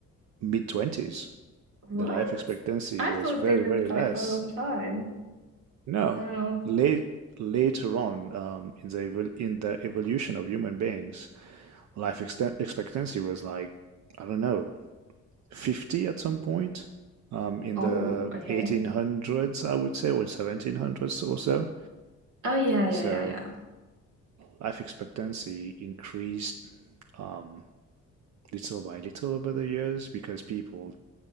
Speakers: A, on the right (about 65°); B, on the right (about 90°).
A: mid 20s.
B: what?
A: The life expectancy
B: I
A: was
B: thought
A: very,
B: they lived
A: very less.
B: like for a long time.
A: No,
B: Wow.
A: late later on um, in the evol in the evolution of human beings, life exten expectancy was like, I don't know, 50 at some point. Um, in
B: Oh,
A: the
B: okay.
A: 1800s, I would say, or 1700s or so.
B: Oh yeah, yeah,
A: So
B: yeah, yeah.
A: life expectancy increased um, little by little over the years because people